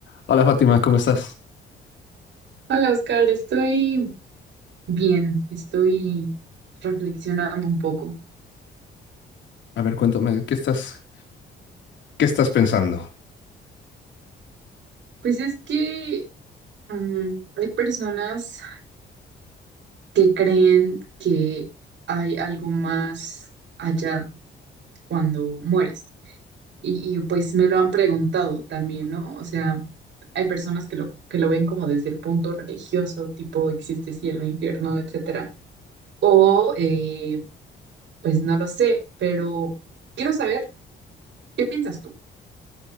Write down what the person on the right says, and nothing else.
Hola Oscar, estoy bien, estoy reflexionando un poco.
Pues es que mm, hay personas que creen que hay algo más allá cuando mueres y, y, pues me lo han preguntado también, ¿no? O sea, hay personas que lo, que lo ven como desde el punto religioso, tipo existe cielo, infierno, etcétera. O eh, pues no lo sé, pero quiero saber, ¿qué piensas tú?